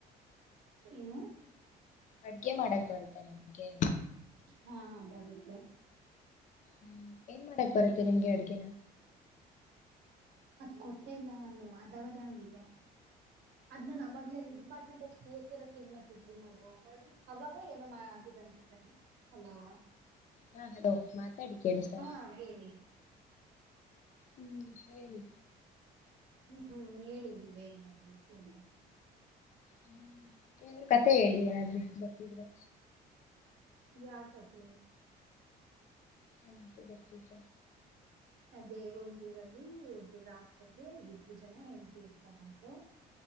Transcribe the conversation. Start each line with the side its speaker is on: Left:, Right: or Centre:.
Right: ಏನು
Left: ಅಡ್ಗೆ ಮಾಡಕ್ ಬರುತ್ತೆ ನಿಮಗೆ
Right: ಹಾ ಬರುತ್ತೆ
Left: ಹ್ಮ್ ಏನ್ ಮಾಡಾಕ್ ಬರತ್ತೆ ನಿಮ್ಗೆ ಅಡ್ಗೆನ
Right: ಅದ್ ಕೊಟ್ಟೆ ಇಲ್ಲ ನಾನು ಅದಾಗದ ಹಂಗಿದೆ ಅದ್ ನಾನ್ ಅವಾಗಲೇ ಅಲ್ಲಿ ಡಿಪಾರ್ಟ್ಮೆಂಟ್ ಆಫ್ ಪ ಎಸ್ ಎ ಚೇಂಜ್ ಮಾಡ್ತಿದ್ವಿ ನೋಡು ಏನು ಮಾ ಅ ಹಲೋ
Left: ಹಾ ಹಲೋ ಮಾತಾಡಿ ಕೇಳಿಸ ಸಳ
Right: ಹಾ ಹೇಳಿ
Left: ಹ್ಮ್ ಹೇಳಿ
Right: ಹ್ಮ್ ಹೇಳಿ ನೀವೇಏನಾದ್ರು ಕೇಳ
Left: ಹ್ಮ್ ಏನ್ರರು ಕತೆ ಹೇಳಿ ಏನಾದ್ರೂ ಬತ್ತಿದ್ರೆ
Right: ಯಾಕತ್ತ
Left: ಹರಿ ಬರ್ತೀಜ
Right: ಅದೇ ಒಂದೂರಲ್ಲಿ ಒಬ್ರು ರಾಜ್ಯಕ್ಕೆ ಇಬ್ಬರು ಜನ ಹೆಂಡತಿ ಇರ್ತಾರಂತೆ